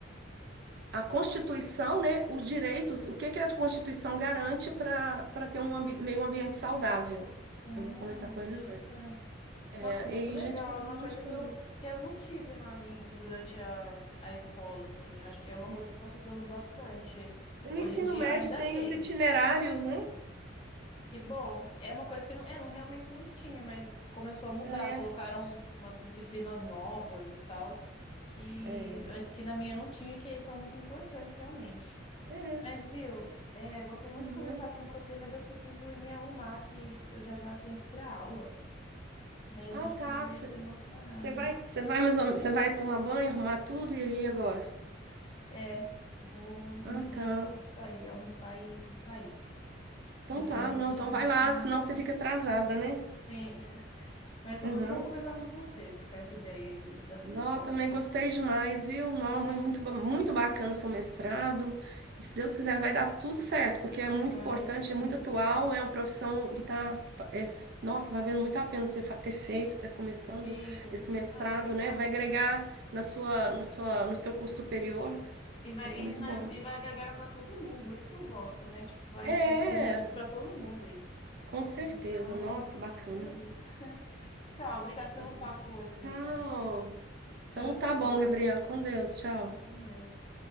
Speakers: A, on the right; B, on the left.
A: a Constituição, né, os direitos, o que que a Constituição garante para para ter um ambi- meio ambiente saudável.
B: Hum,
A: Eu vou conversar com
B: interessante.
A: eles hoje. É,
B: Nossa, muito
A: E aí,
B: legal.
A: gente falando
B: É uma
A: de um
B: coisa
A: monte de coisa.
B: que eu, que eu não tive lá min- durante a, a escola, assim. Acho que é uma
A: É.
B: coisa que está mudando bastante
A: E No
B: hoje
A: ensino
B: em dia.
A: médio
B: Ainda
A: tem
B: bem,
A: os itinerários, né?
B: que bom. É uma coisa que não, é, não, realmente não tinha, mas começou a mudar.
A: É,
B: Colocaram umas disciplinas novas e tal, que,
A: é, é.
B: an- que na minha não tinha e que são muito importantes, realmente.
A: é.
B: Mas, viu, é, gostei muito
A: uhum.
B: de conversar com você, mas eu preciso ir me arrumar, que eu já já tenho que ir para aula. Daí a
A: Ah,
B: gente
A: tá.
B: conversa
A: Você
B: em outro horário.
A: vai, você vai, mais você vai tomar banho, arrumar tudo e ir agora?
B: É, vou me
A: Ah,
B: me
A: tá.
B: arrumar pra sair, almoçar e, e sair.
A: Então
B: Depois
A: tá, não,
B: a gente
A: então vai lá,
B: conversa
A: senão você
B: mais.
A: fica atrasada, né?
B: Sim, <laughs> mas foi
A: Uhum.
B: muito bom conversar com você, trocar essa ideia aí de- das
A: Nó,
B: escolas.
A: também gostei demais, viu? Nó,
B: <laughs>
A: mu- muito, ba- muito bacana seu mestrado. E se Deus quiser, vai dar tudo certo, porque é muito
B: Mas
A: importante,
B: sim,
A: é muito atual, é uma profissão que está, nossa, valendo muito a pena você fa- ter feito, ter começando
B: sim.
A: esse mestrado,
B: Ah, obrigada.
A: né? Vai agregar na sua, no sua, no seu curso superior,
B: E vai,
A: vai ser
B: e,
A: muito
B: na-
A: bom.
B: e vai agregar para todo mundo, isso que eu gosto, né? Tipo, vai
A: É,
B: ser benéfico para todo mundo isso.
A: com certeza.
B: Então,
A: Nossa, bacana.
B: é isso. <laughs> Tchau, obrigado pelo
A: Tá bom.
B: papo hoje, amiga.
A: Tchau.
B: Tchau,
A: Então tá
B: tchau.
A: bom, Gabriela. Com Deus. Tchau.
B: Até
A: Até
B: mais.